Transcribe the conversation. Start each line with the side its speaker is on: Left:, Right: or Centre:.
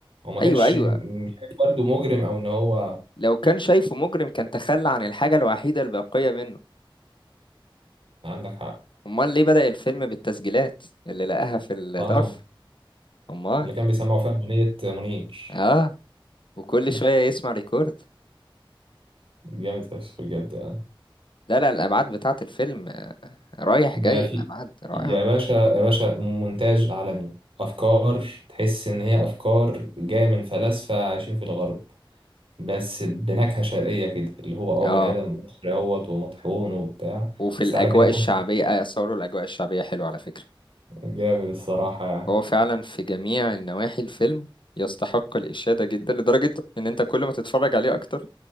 Right: هو ما
Left: ايوه
Right: كانش
Left: ايوه
Right: م- مش شايف والده مجرم أو إن هو
Left: لو كان شايفه مجرم كان تخلى عن الحاجة الوحيدة الباقية منه
Right: عندك حق
Left: أمال ليه بدأ الفيلم بالتسجيلات اللي لقاها في الظرف
Right: آه
Left: أمال
Right: اللي كان بيسمعه فيها أغنية منير
Left: آه وكل
Right: <laughs>
Left: شوية يسمع ريكورد
Right: جامد فشخ بجد يعني
Left: لا لا الأبعاد بتاعة الفيلم رايح
Right: ده
Left: جاي
Right: في
Left: الأبعاد رائعة
Right: يا باشا يا باشا مونتاج عالمي أفكار تحس إن هي أفكار جاية من فلاسفة عايشين في الغرب بس بنكهة شرقية كده اللي هو
Left: آه
Right: اه بني آدم مصري اهوت ومطحون وبتاع
Left: وفي
Right: بس
Left: الأجواء
Right: تعالى كده
Left: الشعبية
Right: خد
Left: آه صوروا الأجواء الشعبية حلوة على فكرة
Right: جامد الصراحة يعني
Left: هو فعلا في جميع النواحي الفيلم يستحق الإشادة جدا لدرجة إن أنت كل ما تتفرج عليه أكتر